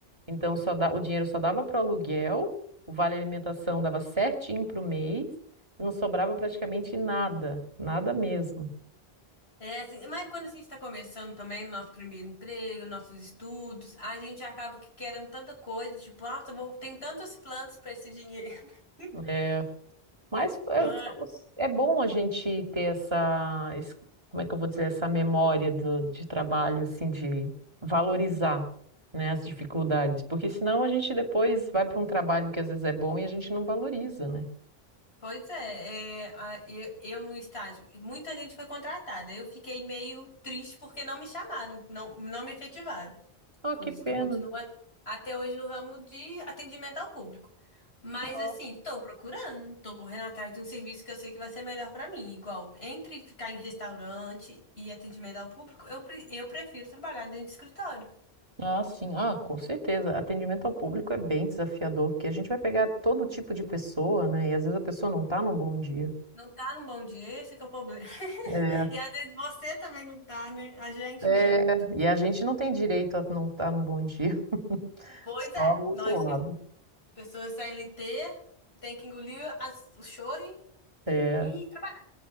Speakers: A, on the right (about 25°); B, on the left (about 80°).
A: Então, só da- o dinheiro só dava para o aluguel, o vale alimentação dava certinho para o mês, e não sobrava praticamente nada, nada mesmo.
B: É assim, mas quando a gente tá começando também nosso primeiro emprego, nossos estudos, a gente acaba que querendo tanta coisa, tipo, ah, eu vou, tenho tantos planos pra esse dinheiro. <laughs>
A: É. Mas
B: Ah,
A: é é bom a gente ter essa, esse- como é que eu vou dizer, essa memória do, de trabalho, assim, de valorizar, né, as dificuldades, porque senão a gente depois vai para um trabalho que às vezes é bom e a gente não valoriza, né?
B: pois é, é, a- eu, eu no estágio, muita gente foi contratada. Eu fiquei meio triste porque não me chamaram, não, não me efetivaram.
A: Ah,
B: Por
A: que
B: isso
A: pena.
B: que eu continuo a- até hoje no ramo de atendimento ao público. Mas
A: Ah,
B: assim, tô procurando, tô correndo atrás de um serviço que eu sei que vai ser melhor pra mim. Igual, entre ficar em restaurante e atendimento ao público, eu, pre- eu prefiro trabalhar dentro de escritório.
A: Ah, sim, ah, com certeza. Atendimento ao público é bem desafiador, porque a gente vai pegar todo tipo de pessoa, né? E às vezes a pessoa não está num bom dia.
B: Não tá num bom dia, esse é que é o problema. <laughs>
A: É,
B: E às vezes você também não tá, né? A gente
A: é,
B: mesmo.
A: e a gente não tem direito a não estar num bom dia, <laughs>
B: Pois
A: só
B: é,
A: o outro
B: nós,
A: lado.
B: pessoas CLT, tem que engolir as- o choro e
A: É.
B: e trabalhar.